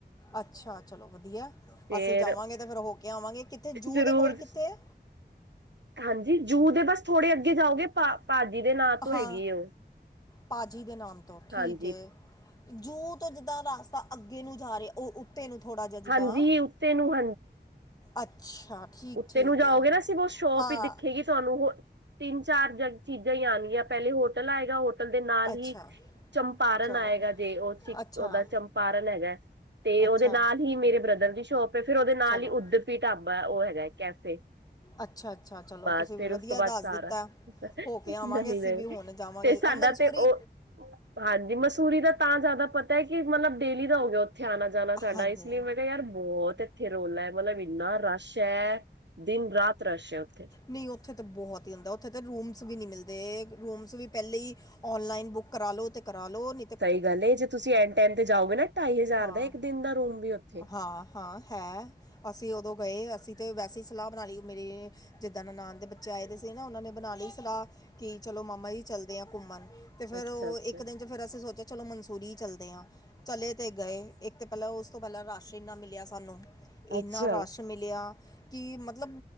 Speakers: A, on the left; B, on the right.
A: ਅੱਛਾ, ਚਲੋ ਵਧੀਆ।
B: ਫੇਰ
A: ਅਸੀਂ ਜਾਵਾਂਗੇ ਤਾਂ ਫਿਰ ਹੋ ਕੇ ਆਵਾਂਗੇ ਕਿੱਥੇ ਜੂ
B: ਜ਼ਰੂਰ
A: ਦੇ ਕੋਲ ਕਿੱਥੇ ਏ?
B: ਹਾਂਜੀ, ਜੂ ਦੇ ਬਸ ਥੋੜੇ ਅੱਗੇ ਜਾਓਗੇ ਭ ਭਾਜੀ ਦੇ ਨਾਂ ਤੋਂ
A: ਹਾਂ
B: ਹੈਗੀ ਉਹ
A: ਪਾਜੀ ਦੇ ਨਾਮ ਤੋਂ, ਠੀਕ
B: ਹਾਂਜੀ
A: ਏ, ਜੂ ਤੋਂ ਜਿੱਦਾਂ ਰਾਸਤਾ ਅੱਗੇ ਨੂੰ ਜਾ ਰਿਹੇ ਉਹ ਉੱਤੇ ਨੂੰ ਥੋੜ੍ਹਾ ਜਿਹਾ ਜਿੱਦਾਂ,
B: ਹਾਂਜੀ ਉੱਤੇ ਨੂੰ
A: ਅੱਛਾ। ਠੀਕ
B: ਉਤੇ
A: ਠੀਕ
B: ਨੂੰ ਜਾਓਗੇ
A: ਹੈ
B: ਨਾ ਸੀਵ ਉਹ ਸ਼ੋਪ
A: ਹਾਂ
B: ਹੀ ਦਿਖੇਗੀ ਤੁਹਾਨੂੰ ਹੋ ਤਿੰਨ ਚਾਰ ਜ ਚੀਜ਼ਾਂ ਹੀ ਆਨਗੀਆਂ ਪਹਿਲੇ ਹੋਟਲ ਆਏਗਾ, ਹੋਟਲ ਦੇ ਨਾਲ
A: ਅੱਛਾ
B: ਹੀ ਚੰਪਾਰਨ
A: ਚਲੋ
B: ਆਏਗਾ ਜੇ, ਉਹ
A: ਅੱਛਾ
B: ਓਦਾ ਚੰਪਾਰਨ ਹੈਗਾ ਤੇ
A: ਅੱਛਾ
B: ਉਹਦੇ ਨਾਲ ਹੀ ਮੇਰੇ ਬ੍ਰਦਰ ਦੀ ਸ਼ੋਪ, ਫੇਰ ਉਹਦੇ ਨਾਲ
A: ਚਲੋ
B: ਹੀ ਉਧਰ ਢਾਬਾ, ਉਹ ਹੈਗਾ ਕੈਫੇ
A: ਅੱਛਾ ਅੱਛਾ ਚਲੋ
B: ਬਸ,
A: ਤੁਸੀਂ ਵੀ
B: ਫੇਰ
A: ਵਧੀਆ
B: ਉਸ ਤੋਂ ਬਾਅਦ
A: ਦੱਸ
B: ਸਾਰਾ,
A: ਦਿੱਤਾ ਹੋ ਕੇ ਆਵਾਂਗੇ
B: ਨਹੀਂ
A: ਅਸੀਂ
B: ਨਹ
A: ਵੀ ਹੁਣ ਜਾਵਾਂਗੇ
B: ਤੇ ਸਾਡਾ
A: ਅ ਮਨਸੂਰੀ
B: ਤੇ ਉਹ, ਹਾਂਜੀ ਮਸੂਰੀ ਦਾ ਤਾਂ ਜ਼ਿਆਦਾ ਪਤਾ ਹੈ ਕਿ ਮਤਲਬ ਡੇਲੀ ਦਾ ਹੋ ਗਿਆ ਉੱਥੇ ਆਨਾ ਜਾਨਾ ਸਾਡਾ
A: ਹਾਂਜੀ
B: ਇਸ ਲਈ ਮੈਂ ਕਿਹਾ ਯਾਰ, ਬੋਹਤ ਏ ਏਥੇ ਰੋਲਾ ਹੈ ਮਲਬ ਇੰਨਾ ਰਸ਼ ਹੈ ਦਿਨ ਰਾਤ ਰਸ਼ ਹੈ ਉੱਥੇ
A: ਨੀ ਉੱਥੇ ਤੇ ਬਹੁਤ ਹੀ ਹੁੰਦਾ, ਉੱਥੇ ਤੇ ਰੂਮਸ ਵੀ ਨੀ ਮਿਲਦੇ ਰੂਮਸ ਵੀ ਪਹਿਲੇ ਈ ਔਨਲਾਈਨ ਬੁੱਕ ਕਰਾ ਲਓ ਤੇ ਕਰਾ ਲਓ ਨੀ
B: ਸਹੀ ਗੱਲ ਹੈ ਜੇ ਤੁਸੀਂ ਐਨ ਟਾਈਮ ਤੇ ਜਾਓਗੇ ਨਾ ਢਾਈ ਹਜ਼ਾਰ
A: ਹਾਂ
B: ਦਾ ਇੱਕ ਦਿਨ ਦਾ ਰੂਮ ਵੀ ਉੱਥੇ
A: ਹਾਂ ਹਾਂ ਹੈ। ਅਸੀਂ ਉਦੋਂ ਗਏ ਅਸੀਂ ਤੇ ਵੈਸੇ ਹੀ ਸਲਾਹ ਬਣਾ ਲੀ ਮੇਰੀ ਜਿੱਦਾਂ ਨਨਾਨ ਦੇ ਬੱਚੇ ਆਏ ਦੇ ਸੀ ਨਾ ਉਹਨਾਂ ਨੇ ਬਨਾ ਲੀ ਸਲਾਹ, ਕਿ ਚਲੋ ਮਾਮਾ ਜੀ ਚੱਲਦੇ ਆ ਘੁੰਮਣ ਤੇ ਫੇਰ
B: ਅੱਛਾ
A: ਉਹ
B: ਅੱਛਾ
A: ਇੱਕ ਦਿਨ ਚ ਫਿਰ ਅਸੀਂ ਸੋਚਿਆ ਚਲੋ ਮਨਸੂਰੀ ਹੀ ਚੱਲਦੇ ਹਾਂ। ਚਲੇ ਤੇ ਗਏ ਇੱਕ ਤਾਂ ਪਹਿਲਾਂ ਉਸ ਤੋਂ ਪਹਿਲਾਂ ਰਾਸ਼ ਇੰਨਾ ਮਿਲਿਆ ਸਾਨੂੰ, ਇੰਨਾ
B: ਅੱਛਾ
A: ਰਾਸ਼ ਮਿਲਿਆ ਕਿ ਮਤਲਬ